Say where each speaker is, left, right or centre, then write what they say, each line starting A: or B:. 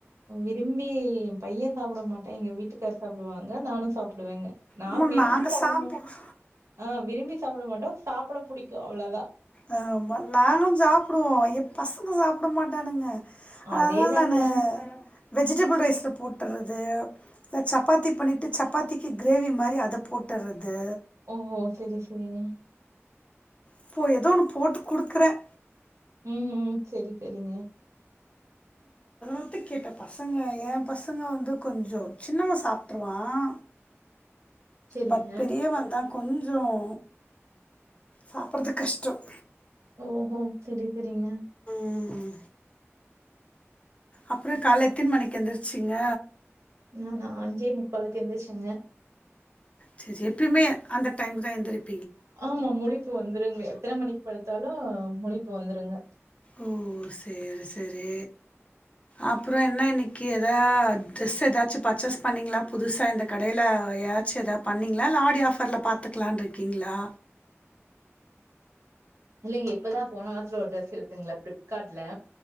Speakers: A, on the right; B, on the left.
A: விரும்பி என் பையன் சாப்ட மாட்டான் எங்க வீட்டுக்காரு சாப்டுவாங்க நானும் சாப்டுவேங்க நான்
B: அம்மா
A: விரும்பி
B: நாங்கள்
A: சாப்ட
B: சாப்பிடுவோம்
A: ஆ விரும்பி சாப்ட மாட்டோம் சாப்ட புடிக்கும் அவ்வளவுதான்
B: ஆ நாங்களும் சாப்டுவோம் என் பசங்க சாப்ட மாட்டானுங்க
A: அதேதாங்க.
B: ஆனா நானு வெஜிடபிள் ரைஸ்ல போட்றது இதல சப்பாத்தி பண்ணிட்டு சப்பாத்திக்கு கிரேவி மாதிரி அதை போட்டுறது
A: ஓ செரி செரிங்க
B: இப்போ ஏதோ ஒன்னு போட்டு கொடுக்குறேன்
A: ம் ம் சேரி சேரிங்க
B: அதை கேட்ட பசங்க என் பசங்க வந்து கொஞ்சம் சின்னவே சாப்டுருவான்
A: சரிங்க.
B: பட் பெரியவந்தான் கொஞ்சம் சாப்ட்றது கஷ்டம்
A: ஓ ஹோ செரி செரிங்க
B: ம் அப்றம் கால்ல எத்தன மணிக்கு எந்திருச்சீங்க
A: ம் நான் அஞ்சே முக் காலுக்கு எந்திரிச்சேங்க
B: சேர் சேரி எப்பியுமே அந்த டைம் தான் எந்திரப்
A: ஆமா முழிப்பு வந்துருங்க எத்தன மணிக்கு படுத்தாலும் முழிப்பு வந்துருங்க
B: ஓ சேரி சேரி அப்றம் என்ன இன்னைக்கு எதா ட்ரெஸ் ஏதாச்சும் பர்ச்சேஸ் பண்ணிங்களா புதுசா இந்த கடையில யாராச்சும் எதாவது பண்ணிங்களா இல்ல ஆடி ஆஃபர்ல பாத்துக்கலானு இருக்கீங்களா
A: இல்லேங்க இப்பதான் போன வாரத்துல ஒரு ட்ரெஸ் எடுத்தங்களா பிளிப்கார்ட்ல